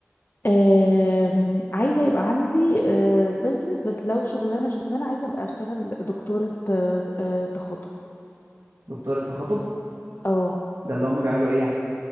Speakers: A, on the left; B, on the right.
A: آم، عايزه يبقى عندي بزنس بس لو شغلانه شغلانه عايزه ابقى اشتغل دكتوره آه، آه، تخاطب
B: دكتور التخاطب
A: اه
B: ده اللي هم بيعملوا ايه يعني